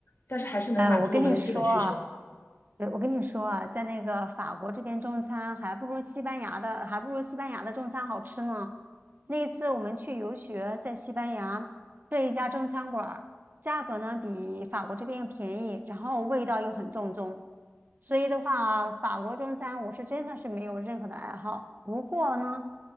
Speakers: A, on the left (about 50°); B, on the right (about 40°).
A: 但是还是能满足我们的基本需求的。
B: 哎，我跟你说啊。对，我跟你说啊，在那个法国这边中餐还不如西班牙的，还不如西班牙的中餐好吃呢。那一次我们去游学，在西班牙这一家中餐馆儿，价格呢比法国这边又便宜，然后味道又很正宗。所以的话啊，法国中餐我是真的是没有任何的爱好。不过呢，